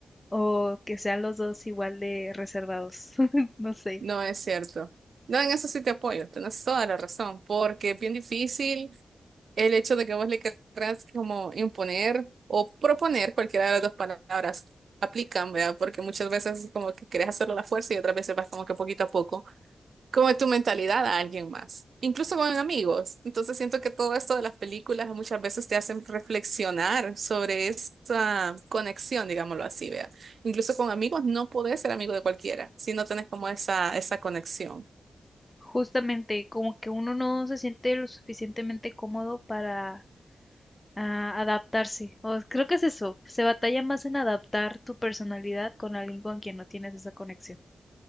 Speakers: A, on the left; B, on the right.
A: o que sean los dos igual de reservados, <laughs> no sé.
B: No es cierto. No, en eso sí te apoyo, tienes toda la razón, porque es bien difícil. el hecho de que vos le querrás como imponer o proponer cualquiera de las dos palabras aplican, ¿verdad? Porque muchas veces como que querés hacerlo a la fuerza y otras veces vas como que poquito a poco, como tu mentalidad a alguien más, incluso con amigos. Entonces siento que todo esto de las películas muchas veces te hacen reflexionar sobre esa conexión, digámoslo así, ¿verdad? Incluso con amigos no podés ser amigo de cualquiera si no tenés como esa, esa conexión.
A: Justamente, como que uno no se siente lo suficientemente cómodo para Ah, adaptarse. O creo que es eso. Se batalla más en adaptar tu personalidad con alguien con quien no tienes esa conexión.